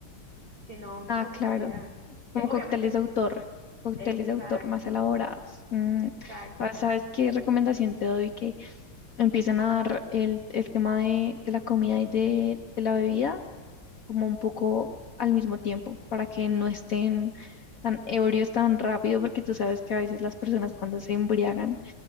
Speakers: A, on the right (about 50°); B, on the left (about 50°).
A: sino que
B: Ah,
A: me gustaría
B: claro,
A: que
B: como
A: obviamente,
B: cócteles de autor, cócteles
A: exacto,
B: de autor más elaborados. Mm,
A: exacto.
B: ¿Sabes, sabes qué recomendación te doy? Que empiecen a dar el, el tema de, de la comida y de, de la bebida como un poco al mismo tiempo, para que no estén tan ebrios tan rápido, porque tú sabes que a veces las personas cuando se embriagan